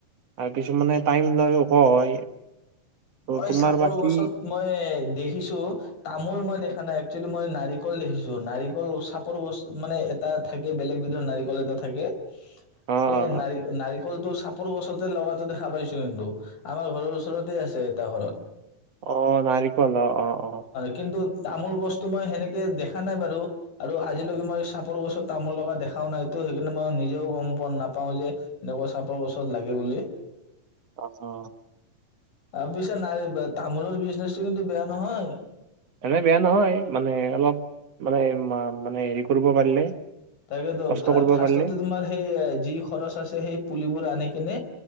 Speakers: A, on the right; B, on the left.
A: আৰু কিছুমানে টাইম লয় ওখ হয়। ত
B: মই
A: তোমাৰ
B: চাপৰ
A: বা কি
B: গছত মই দেখিছোঁ। তামোল মই দেখা নাই। একচুৱেলি মই নাৰিকল দেখিছো, নাৰিকল চাপৰ গছ মানে, ‌ এটা থাকে, বেলেগ বিধৰ নাৰিকল এটা থাকে।
A: অ
B: সেই
A: অ
B: নাৰিক, নাৰিকলটো চা সৰু গছতে লগাটো দেখা পাইছো কিন্তু, আমাৰ ঘৰৰ ওচৰতে আছে। উদাহৰণঃ
A: অ' নাৰিকলৰ অ' অ'!
B: কিন্তু তামোল গছটো মই সেনেকে, দেখা নাই বাৰু, আৰু আজিলৈকে মই চাপৰ গছত তামোল লগা দেখাও নাইতো, সেইকাৰণে, মই নিজেও গম পোৱা নাপাও যে, এনেকুৱা চাপৰ গছত লাগে বুলি।
A: অ অ
B: আৰু পিছে, ন' তামোলৰ বিজনেচটো কিন্তু, বেয়া নহয়।
A: এনে বেয়া নহয়। মানে, অলপ মানে মানে হেৰি কৰিব পাৰিলে।
B: তাকেতো,
A: কষ্ট
B: ফাৰ্ষ্টতে
A: কৰিব পাৰিলে
B: তোমাৰ সেই যি খৰচ আছে, সেই পুলিবোৰ আনি কিনে